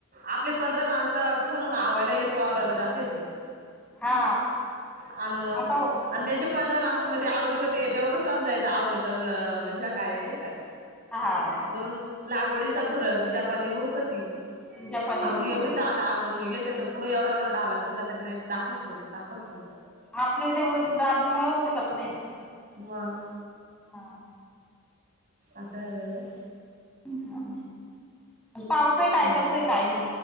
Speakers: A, on the right; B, in the centre.
A: आपले पंधरा माणस खणून आवयला एक वावराला जातेती.
B: हा
A: आन म
B: आता
A: आणि त्यांची पंधरा माणसांमध्ये आवनी होते याच्यावरून समजायचं आवनीच ह्य काय नाही का.
B: आ हा.
A: करून लागवडीचा फरक जपानी उरकती
B: जपानी
A: आपली
B: उरकत
A: एवढी दा त घेते तर पुढे एवढा एवढा ढाला दिसला तरी ताखत सोड ताकत सोड.
B: आपले ते दातीमुळं उरकत नाही
A: मग
B: ह.
A: असं आहे ग ना.
B: हा. पावसही काय
A: मग
B: करतोय काही नाही